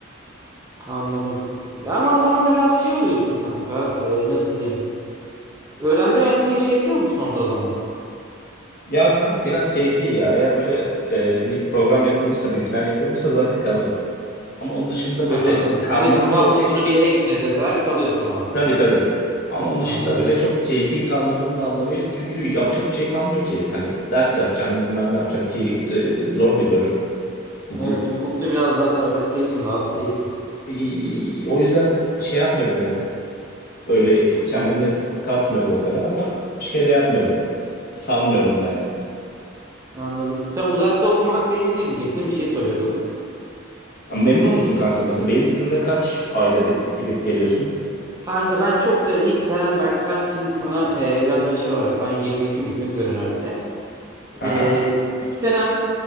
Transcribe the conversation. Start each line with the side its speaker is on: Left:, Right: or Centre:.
Right: Anladım. Ya ama o zaman da biraz şey oluyorsun kanka. E, nasıl diyeyim? Öğrenci hayatını yaşayabiliyor musun orada o zaman?
Left: Ya kanka biraz keyfi ya. Eğer böyle e, bir program yapılmışsa, bir plan yapılmışsa zaten kalırım. Ama onun dışında
Right: Ha,
Left: böyle
Right: anladım.
Left: kalmanın
Right: E mesela
Left: çok
Right: bu hafta
Left: bir...
Right: sonu bir yere gideceğiz deseler kalıyorsun o hafta.
Left: Tabii tabii. Ama onun dışında
Right: Ha, anladım.
Left: böyle çok keyfi kalmanın da anlamı yok. Çünkü yapacak bir şey kalmıyor ki. Hani ders yapacaksın, bilmem ne yapacaksın ki e, zor bir bölüm hukuk.
Right: Evet, hukukta biraz daha serbest değilsin, rahat değilsin.
Left: E, o yüzden şey yapmıyorum yani. Öyle kendimi
Right: Tamam.
Left: kasmıyorum o kadar ama şey de yapmıyorum. Salmıyorum da yani.
Right: Anladım. Sen uzakta okumakla ilgili ne diyecektin? Bir şey soruyordun.
Left: Ama memnun musun kanka mesela? Beylikdüzü'ne kaç ayda bir gidip geliyorsun?
Right: Kanka ben çok da ilk senen bak sen şimdi sana e, biraz hani şey olarak ben 22 bitmek üzere üniversite.
Left: Aha.
Right: Ee, ilk senen